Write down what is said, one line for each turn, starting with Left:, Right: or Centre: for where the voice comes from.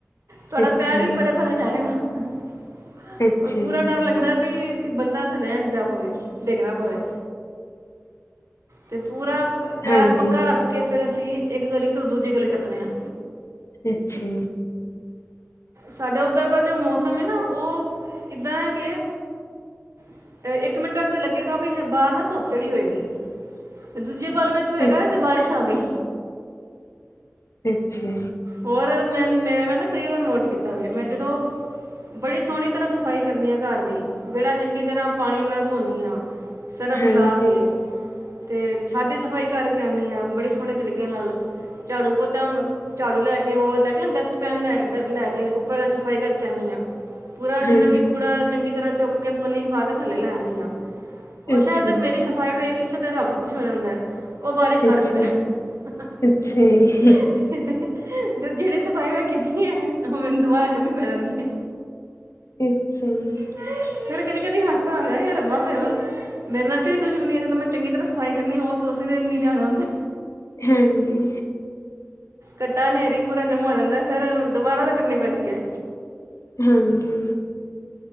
Right: ਤੁਹਾਡਾ
Left: ਅੱਛਾ
Right: ਪਿਆਰ ਵੀ ਪਰੇ-ਪਰੇ ਜਾਏਗਾ, <unintelligible>
Left: ਜੀ ਅੱਛਾ
Right: ਪੂਰਾ ਡਰ ਲੱਗਦਾ ਪੀ ਕਿ ਬੰਦਾ ਥੱਲੇ ਲੈਣ ਜਾ ਪਵੇ ਡਿੱਗ ਣਾ ਪਵੇ। ਤੇ ਪੂਰਾ ਪੈਰ
Left: ਜੀ ਹਾਂਜੀ
Right: ਪੱਕਾ ਰੱਖ ਕੇ ਫੇਰ ਅਸੀਂ ਇੱਕ ਗਲੀ ਤੋਂ ਦੂਜੀ ਗਲੀ ਟੱਪਣੇ ਆਂ।
Left: ਅੱਛਾ।
Right: ਸਾਡੇ ਉੱਧਰ ਦਾ ਜੋ ਮੌਸਮ ਐ ਨਾਂ ਉਹ ਇੱਦਾਂ ਐ ਕਿ ਅ, ਇੱਕ ਮਿੰਟ ਐਸਾ ਲੱਗੇਗਾ ਵੀ ਬਾਹਰ ਨਾਂ ਧੁੱਪ ਚੜ੍ਹੀ ਹੋਏਗੀ, ਦੂਜੇ ਪਲ ਵਿੱਚ
Left: ਜੀ
Right: ਹੋਏਗਾ ਏ ਤੇ ਬਾਰਿਸ਼ ਆ ਗਈ।
Left: ਅੱਛਾ।
Right: ਹੋਰ ਮੈਂ ਮੇ ਮੈਂ ਨਾਂ ਕਈ ਵਾਰ ਨੋਟ ਕੀਤਾ ਵੈ। ਮੈਂ ਜਦੋਂ ਬੜੀ ਸੋਹਣੀ ਤਰ੍ਹਾਂ ਸਫਾਈ ਕਰਨੀਆਂ ਘਰ ਦੀ, ਵੈੜਾ ਚੰਗੀ ਤਰ੍ਹਾਂ ਪਾਣੀ ਨਾਲ ਧੋਣੀ ਆਂ। ਸਰਫ
Left: ਹਾਂਜੀ
Right: ਲਾ ਕੇ ਅਤੇ ਛੱਡ ਦੀ ਸਫਾਈ ਕਰਕੇ ਆਣੀ ਆਂ ਬੜੇ ਸੋਹਣੇ ਤਰੀਕੇ ਨਾਲ। ਝਾੜੂ ਪੋਚਾ ਮ, ਝਾੜੂ ਲੈ ਕੇ ਉਹ ਲੈਕੇ ਡਸਟਬੈਨ ਲੈ ਲੈ ਉੱਪਰ ਸਫ਼ਾਈ ਕਰਕੇ ਆਣੀ ਆਂ, ਪੂਰਾ ਜਿੰਨਾ
Left: ਹਾਂਜੀ
Right: ਵੀ ਕੂੜਾ ਚੰਗੀ ਤਰ੍ਹਾਂ ਚੁੱਕ ਕੇ ਪਨ੍ਹੀ ਚ ਪਾ ਕੇ ਥੱਲੇ ਲੈ ਆਣੀ ਆਂ, ਉਹ
Left: ਅੱਛਾ
Right: ਸ਼ਾਇਦ
Left: ਜੀ
Right: ਮੇਰੀ ਸਫ਼ਾਈ ਵੇਖ ਕੇ ਸ਼ਾਇਦ ਰੱਬ ਖੁਸ਼ ਹੋ ਜਾਂਦਾ। ਉਹ ਬਾਰਿਸ਼ ਕਰ
Left: ਅੱਛਾ
Right: ਦਿੰਦਾ <unintelligible>
Left: ਅੱਛਾ ਜੀ
Right: ਤੇ <unintelligible> ਜਿਹੜੀ ਸਫਾਈ ਮੈਂ ਕੀਤੀ ਐਂ ਉਹ ਮੈਨੂੰ ਦੁਬਾਰਾ ਕਰਨੀ ਪੈ ਜਾਂਦੀ ਐ।
Left: ਇੱਹ ਤੇ ਸਹੀ ਏ।
Right: <unintelligible> ਫਿਰ ਕਦੀ-ਕਦੀ ਹਾਸਾ ਆਂਦਾ ਏ ਰੱਬਾ ਮੇਰੇਲ ਮੇਰੇ ਨਾਲ ਕਿਹੜ ਦੁਸ਼ਮਣੀ ਆ ਜਦੋ ਮੈਂ ਚੰਗੀ ਤਰ੍ਹਾਂ ਸਫ਼ਾਈ ਕਰਨੀ, ਉਹ ਉਸੇ ਦਿਨ ਮੀਹ ਲਿਆਣਾ ਹੁੰਦਾ।
Left: ਹਾਂਜੀ।
Right: ਘੱਟਾ ਹਨੇਰੀ ਪੂਰਾ ਜਮਾ ਹੋ ਜਾਂਦਾ, ਫੇਰ ਦੁਬਾਰਾ ਤੋ ਕਰਨੀ ਪੈਂਦੀ ਐ।
Left: ਹੂੰ-ਹੂੰ।